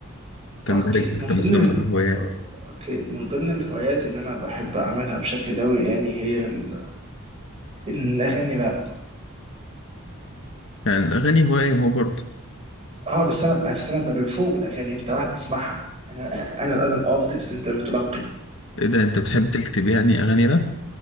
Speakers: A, on the left; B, on the right.
A: تندرج
B: اوكي من
A: تحت مسمى
B: ضمن ال...
A: الهوايات
B: اوكي من ضمن الهوايات اللي انا بحب اعملها بشكل دوري يعني هي ال... ان اغني راب
A: يعني الاغاني هوايه هو برضه
B: اه بس انا بقى بس انا ببرفورم الاغاني انت واحد تسمعها انا انا انا الارتست انت المتلقي
A: ايه ده انت بتحب تكتب يعني اغاني لا